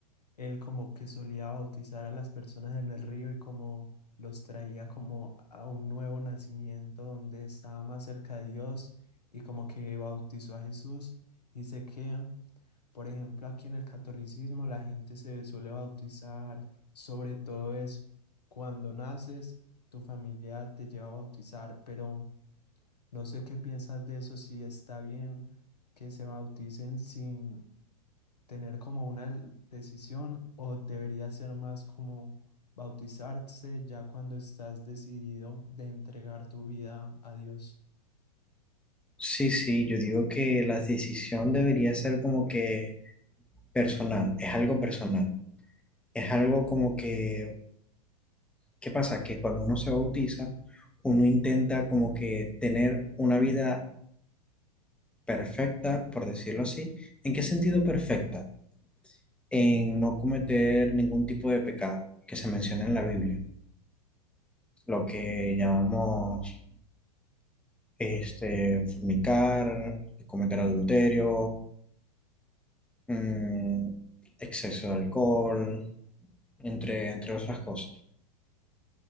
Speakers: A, on the left (about 80°); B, in the centre.
A: él como que solía bautizar a las personas en el río y como los traía como a un nuevo nacimiento donde estaba más cerca de Dios y como que bautizó a Jesús y sé que Por ejemplo, aquí en el catolicismo la gente se suele bautizar, sobre todo es cuando naces, tu familia te lleva a bautizar, pero no sé qué piensas de eso, si está bien que se bauticen sin tener como una l- decisión o debería ser más como bautizarse ya cuando estás decidido de entregar tu vida a Dios.
B: Sí, sí, yo digo que la decisión debería ser como que personal, es algo personal, es algo como que, ¿qué pasa? Que cuando uno se bautiza, uno intenta como que tener una vida perfecta, por decirlo así. ¿En qué sentido perfecta? en no cometer ningún tipo de pecado que se menciona en la Biblia, lo que llamamos este, fornicar, cometer adulterio, mm, exceso de alcohol, entre, entre otras cosas.